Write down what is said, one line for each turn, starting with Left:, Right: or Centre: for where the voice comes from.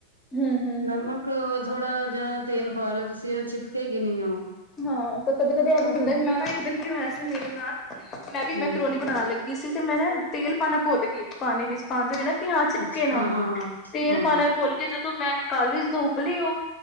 Left: ਹਮ ਹਮ
Right: ਨਮਕ, ਥੋੜਾ ਜਿਹਾ ਤੇਲ ਪਾ ਲੋ, ਤੁਸੀਂ ਉਹ ਚਿਪਕੇਗੀ ਨੀ ਉਹ
Left: ਹਾਂ, ਫਿਰ ਕਦੇ- ਕਦੇ ਆ ਵੀ ਹੁੰਦੇ,
Right: ਉਹ
Left: ਮੈਂ ਨਾ ਇੱਕ ਦਿਨ ਕੀ ਹੋਇਆ ਸੀ ਮੇਰੇ ਨਾਲ, ਮੈਂ ਵੀ
Right: ਹਮ
Left: ਮੈਕਰੋਨੀ ਬਣਾਉਣ ਲੱਗੀ। ਇਸੇ 'ਚ ਮੈਂ ਨਾ ਤੇਲ ਪਾਉਣਾ ਭੁਲ ਗਈ, ਪਾਣੀ ਵਿੱਚ ਪਾਉਂਦੇ ਨਾ ਕਿ ਹਾਂ ਚਿਪਕੇ
Right: ਅੱਛਾ
Left: ਨਾ,
Right: ਹਾਂ ਹਾਂ ਹਾਂ
Left: ਤੇਲ
Right: ਹਾਂ
Left: ਪਾਉਣਾ ਭੁਲ ਕੇ, ਜਦੋਂ ਮੈਂ ਕੀ ਜਦ ਉਬਲੀ ਉਹ,